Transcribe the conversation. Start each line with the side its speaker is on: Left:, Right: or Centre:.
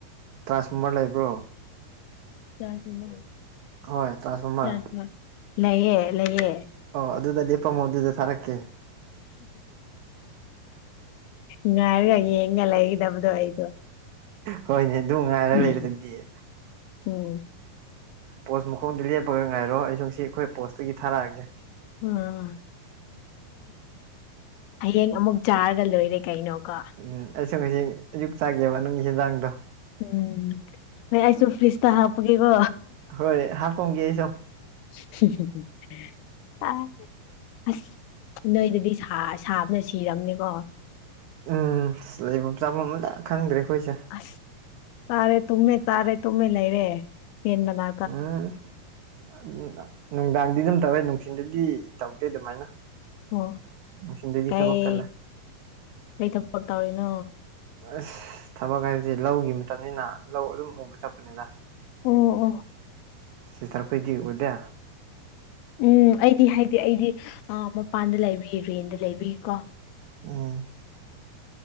Right: ꯇ꯭ꯔꯥꯟꯁꯐꯣꯔꯃꯔ ꯂꯩꯕ꯭ꯔꯣ
Left: ꯆꯁꯨꯃꯃ
Right: ꯍꯣꯏ ꯇ꯭ꯔꯥꯟꯁꯐꯣꯔꯃꯔ
Left: ꯂꯩꯌꯦ ꯂꯩꯌꯦ
Right: ꯑꯣ ꯑꯗꯨꯗ ꯂꯦꯞꯄꯝꯃꯣ ꯑꯗꯨꯗ ꯊꯥꯔꯛꯀꯦ
Left: ꯉꯥꯏꯔꯒ ꯌꯦꯡꯒ ꯂꯩꯒꯗꯕꯗꯣ ꯑꯩꯗꯣ
Right: ꯍꯣꯏꯅꯦ ꯑꯗꯨꯅꯨꯡ ꯉꯔꯒ
Left: ꯎꯝ
Right: ꯂꯩꯗꯤꯌꯦ
Left: ꯎꯝ
Right: ꯄꯣꯁ ꯃꯈꯣꯡꯗꯨ ꯂꯦꯞꯄꯒ ꯉꯥꯏꯔꯣ ꯑꯩꯁꯨꯁꯤ ꯑꯩꯈꯣꯏ ꯄꯣꯁꯇꯨꯒꯤ ꯊꯥꯔꯛꯑꯒꯦ
Left: ꯎꯝ ꯍꯌꯦꯡ ꯑꯃꯨꯛ ꯆꯥꯔꯒ ꯂꯣꯏꯔꯦ ꯀꯩꯅꯣꯀꯣ
Right: ꯎꯝ ꯑꯩꯁꯨ ꯉꯁꯤ ꯑꯌꯨꯛ ꯆꯥꯒꯦꯕ ꯅꯪꯒꯤ ꯍꯦꯟꯖꯥꯡꯗꯣ
Left: ꯎꯝ ꯍꯣꯏ ꯑꯩꯁꯨ ꯐ꯭ꯔꯤꯖꯇ ꯍꯥꯞꯄꯒꯦꯀꯣ
Right: ꯍꯣꯏ ꯍꯥꯞꯄꯝꯒꯦ ꯑꯩꯁꯨ
Left: <inaudible> ꯑ ꯑꯁ ꯅꯣꯏꯗꯗꯤ ꯁꯥꯕꯅ ꯁꯤꯔꯝꯅꯤꯀꯣ
Right: ꯎꯝ ꯂꯩꯐꯝ ꯆꯥꯐꯝ ꯑꯝꯇ ꯈꯪꯗ꯭ꯔꯦ ꯑꯩꯈꯣꯏꯁꯦ
Left: ꯑꯁ ꯇꯥꯔꯦ ꯇꯨꯝꯃꯦ ꯇꯥꯔꯦ ꯇꯨꯝꯃꯦ ꯂꯩꯔꯦ ꯌꯦꯟ ꯃꯅꯥ
Right: ꯎꯝ ꯅꯨꯡꯗꯥꯡꯗꯤ ꯑꯗꯨꯝ ꯇꯧꯋꯦ ꯅꯨꯡꯊꯤꯟꯗꯗꯤ ꯇꯧꯗꯦ ꯑꯗꯨꯃꯥꯏꯅ
Left: ꯑꯣ
Right: ꯅꯨꯡꯊꯤꯟꯗꯗꯤ
Left: ꯀꯩ
Right: ꯊꯕꯛ ꯆꯠꯂꯦ
Left: ꯀꯩ ꯊꯕꯛ ꯇꯧꯔꯤꯅꯣ
Right: ꯑꯁ ꯊꯕꯛ ꯍꯥꯏꯕꯁꯦ ꯂꯧꯒꯤ ꯃꯇꯝꯅꯤꯅ ꯂꯧ ꯑꯗꯨꯝ ꯎꯕ ꯊꯛꯄꯅꯤꯗ
Left: ꯑꯣ ꯑꯣ
Right: ꯁꯤꯁꯇꯔꯈꯣꯏꯗꯤ ꯎꯗꯦ
Left: ꯎꯝ ꯑꯩꯗꯤ ꯍꯥꯏꯗꯤ ꯑꯩꯗꯤ ꯃꯄꯥꯟꯗ ꯂꯩꯕꯤ ꯔꯦꯟꯗ ꯂꯩꯕꯤꯀꯣ
Right: ꯎꯝ